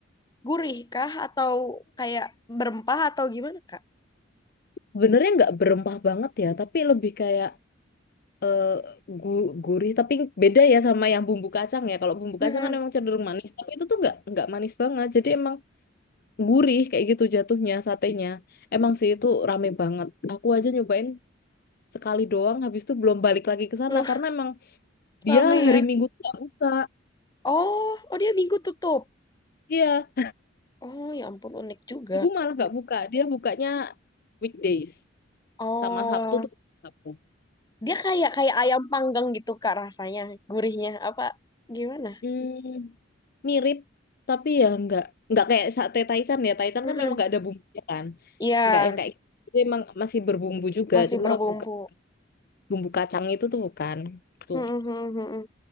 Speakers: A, on the left; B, on the left.
A: gurih kah atau kayak berempah atau gimana kak
B: sebenarnya nggak berempah banget ya, tapi lebih kayak eh, gu- gurih. Tapi beda ya sama yang bumbu kacang ya. Kalau bumbu
A: Mm-mm.
B: kacang kan emang cenderung manis, tapi itu tuh nggak nggak manis banget. Jadi emang gurih kayak gitu jatuhnya satenya. Emang sih itu rame banget. Aku aja nyobain sekali doang, habis itu belum balik lagi ke sana
A: Uh,
B: karena emang
A: rame
B: dia hari
A: ya
B: Minggu tuh nggak buka.
A: oh oh dia minggu tutup
B: Iya,
A: oh ya ampun unik juga
B: gue malah nggak buka. Dia bukanya weekdays
A: oh
B: sama Sabtu tuh Sabtu.
A: Dia kayak kayak ayam panggang gitu Kak rasanya, gurihnya apa gimana?
B: Hmm, mirip tapi ya nggak nggak kayak sate Taichan ya Taichan
A: Mm-mm.
B: kan memang nggak ada bumbunya kan
A: Iya,
B: nggak yang kayak gitu. Itu emang masih berbumbu juga
A: masih
B: cuma
A: berbumbu.
B: bukan bumbu kacang itu tuh bukan tuh
A: Mm-mm-mm-mm.